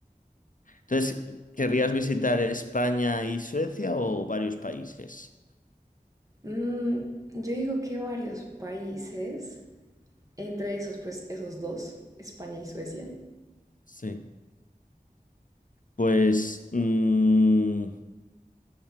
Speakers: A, on the left; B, on the right.
A: Entonces, ¿querrías visitar España y Suecia o varios países?
B: Mm, yo digo que varios países, entre esos pues esos dos, España y Suecia.
A: Sí. Pues, mm,